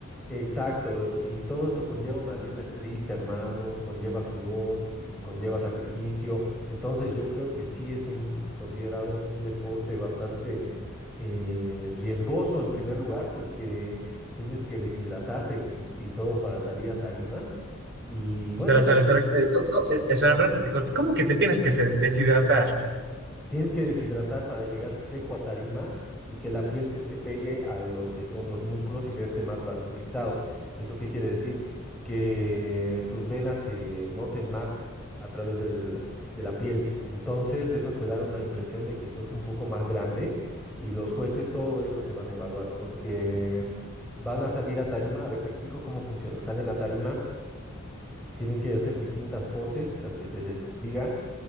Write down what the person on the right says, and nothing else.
Espera, espera,
espera. eh, co- co- eh, espera, espera que te corte. ¿Cómo que te tienes que se- deshidratar?